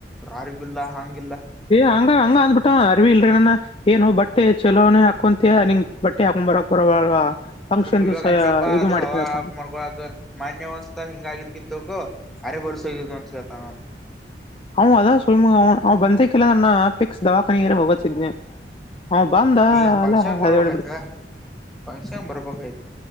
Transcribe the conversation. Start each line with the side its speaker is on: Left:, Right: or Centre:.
Centre: ರಾರಿಬಿಲ್ಲ ಹಗೆ
Left: ಹಂಗ ಹಂಗ ಅಂದ್ಬಿಟ್ಟ ಅರಿವಿ ಇಲ್ರೀ ನನ್ನ ಏನು ಬಟ್ಟೆ ಚಲೋನೇ ಹಾಕೊಂತ ನಿಂಂಗ ಬಟ್ಟೆ ಹಾಕೊಂಡ್ ಬರಕ್ ಬರವಲ್ವಾ ಫಂಕ್ಷನ್
Centre: ಸುಮ್ ವಿವೇಕ
Left: ದಿವ್ಸ
Centre: ಅಜ್ಯಪ್ಪ
Left: ಇದು
Centre: ಅದು
Left: ಮಾಡಿದ್ನಂತ
Centre: ಹವ ಹಕ್ ಮಾಡ್ಕೊಳಕ್ ಮಾನ್ಯವಂದಸಾ ಹಿಂಗಗಿದ್ ಕತ್ಕು ಅರೆ ವರ್ಷೋ ಯಜಂತ ಅ ನಂದ
Left: ಅವನು ಅದ ಸುಳಿಮ ಅವವು ಬಂದಕಲ್ಲ ನನ್ನ ಪಿಕ್ಸ್ ದವಾಖಾನೆಯರ ಹೋಗತಿದ್ನೆ ಹ ಬಂದ
Centre: ನೀ ಫಂಕ್ಷನ್
Left: ಅಲ್ಲ
Centre: ಬರ್ಬೇಕಾಯ್ತ
Left: ಬಿಡ್ತ
Centre: ಫಂಕ್ಷನ್ ಬರ್ಬೇಕಾಯ್ತು